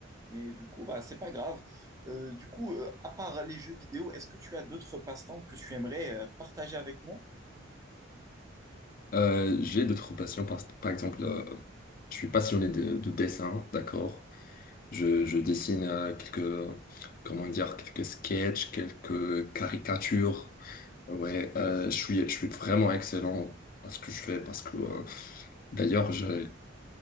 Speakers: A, on the right (about 15°); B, on the left (about 45°).
A: Mais du coup, bah, c'est pas grave. Euh, du coup, euh, à part les jeux vidéo, est-ce que tu as d'autres passe-temps que tu aimerais euh, partager avec moi?
B: Euh, j'ai d'autres passions, par, par exemple, euh, je suis passionné de, de dessin, d'accord? Je, je dessine euh, quelques, comment dire, quelques sketchs, quelques caricatures. Ouais, euh, je suis, je suis vraiment excellent à ce que je fais parce que, euh, d'ailleurs, je,